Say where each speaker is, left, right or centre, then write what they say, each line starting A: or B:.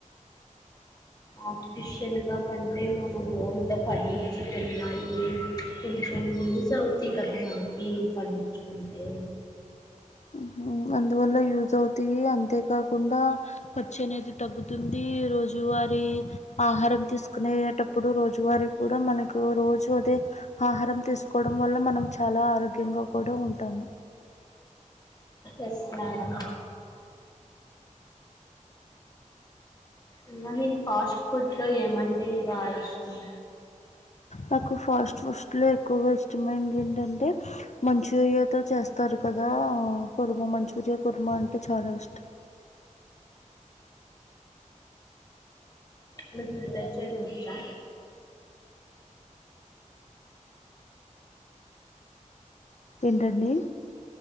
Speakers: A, on the left; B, on the left.
A: ఆర్టిఫిషియల్గా కంటే మనం ఓన్గా పండించి తిన్నాయి, కొంచెం యూజ్ అవ్ది కదా మనకి పండించుకుంటే
B: ఉహ్ ఉమ్ అందువల్ల యూజ్ అవుతాయి, అంతేకాకుండా ఖర్చు అనేది తగ్గుతుంది రోజువారి ఆహారం తీసుకునేటప్పుడు రోజువారి కూడా మనకు రోజు అదే ఆహారం తీసుకోవడం వల్ల మనం చాలా ఆరోగ్యంగా కూడా ఉంటాము.
A: ఎస్ మేడం ఇంకా మీర్ ఫాస్ట్ ఫుడ్ లో ఏమంటే బాగా ఇష్టం?
B: నాకు ఫాస్ట్ ఫుడ్స్లో ఎక్కువగా ఇష్టమైనంది ఏంటంటే, మంచూరియాతో చేస్తారు కదా కొర్మ మంచూరియా కొర్మా అంటే చాలా ఇష్టం
A: మిక్ ప్రిపేర్ చేయడం వచ్చా?
B: ఏంటండీ?